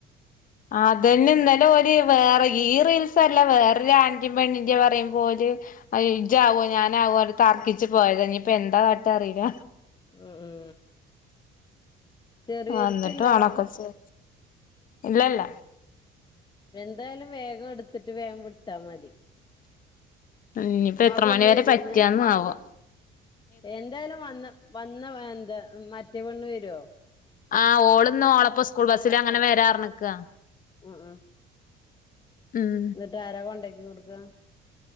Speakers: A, on the left; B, on the left.
A: അതന്നെ ഇന്നാലെ ഓല് വേറെ ഈ റീൽസ്ല്ല വേറൊരു ആണിൻറ്റിം പെണ്ണിന്റെ പറയുമ്പോല് ഇജാവോ ഞാനാവോ തർക്കിച്ച് പോയത ഇനിപ്പ എന്താ കാട്ടാനറീല
B: ഉ ഉം ചെറിയോൽക്കില്ലല്ലോ
A: വന്നിട്ട് വാണം ഒക്കെചെ ഇല്ലല്ല
B: എന്തായാലും വേഗം ഇട്ത്തിട്ട് വേം വിട്ടാ മതി
A: ഉം ഇഞ്ഞിപ്പോ
B: ആ
A: എത്ര
B: പെണ്ണ്
A: മണിവരെ
B: വരുവോന്ന്
A: പറ്റാന്നാവൊ
B: എന്തായാലും വന്ന് വന്ന എന്താ മറ്റേപെണ്ണ് വരോ
A: ആഹ് ഓള്ന്ന് ഓളൊപ്പോ സ്കൂൾ ബസ്സിലങ്ങനെ വരാർനിക്കാ
B: ഉ ഉം
A: ഉം
B: എന്നിട്ട് ആരാ കൊണ്ടാക്കി കൊടുക്കുക